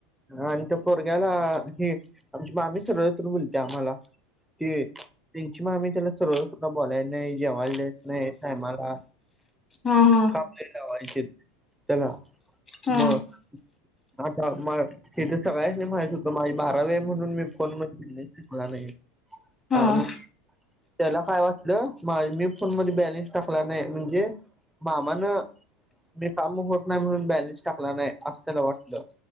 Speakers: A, in the centre; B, on the left.
A: आणि त्या पोरग्याला ह आमची मामी सरळत बोलते आम्हाला ती त्यांची मामी त्याला सरळ सुध बोलाय नाही जेवायला देत नाही टायमाला.
B: हा हा
A: काम लय लावायचे त्याला
B: हा
A: मग आता मग हे तर सगळ्यासनी माहित होत माझी बारावी म्हणून मी फोन मध्ये बॅलेन्स टाकला नाही
B: हा
A: आणि त्याला काय वाटलं मी फोन मध्ये बॅलेन्स टाकला नाही म्हणजे? मामानं मी काम होत नाही म्हणून बॅलेन्स टाकला नाही असं त्याला वाटलं